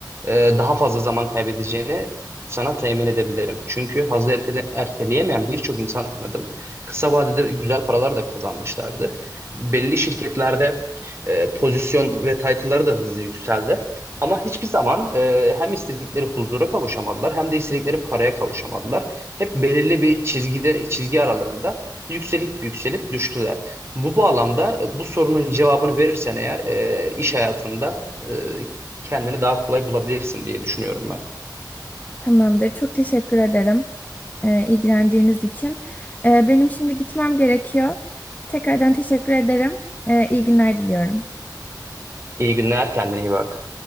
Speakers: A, on the right; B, on the left.
A: e, daha fazla zaman kaybedeceğini sana temin edebilirim. Çünkü hazı ertele, erteleyemeyen birçok insan tanıdım. Kısa vadede güzel paralar da kazanmışlardı. Belli şirketlerde e, pozisyon ve title'ları da hızlı yükseldi. Ama hiçbir zaman e, hem istedikleri huzura kavuşamadılar hem de istedikleri paraya kavuşamadılar. Hep belirli bir çizgide, çizgi aralığında yükselip yükselip düştüler. Bu bağlamda e, bu sorunun cevabını verirsen eğer e, iş hayatında e, kendini daha kolay bulabilirsin diye düşünüyorum ben.
B: Tamamdır. Çok teşekkür ederim e, ilgilendiğiniz için. Ee, benim şimdi gitmem gerekiyor. Tekrardan teşekkür ederim. Ee, iyi günler diliyorum.
A: İyi günler, kendine iyi bak.